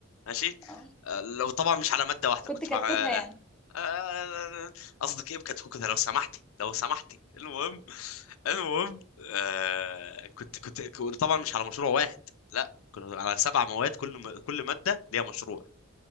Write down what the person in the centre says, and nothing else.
اه
كنت
كتكوتها
يعني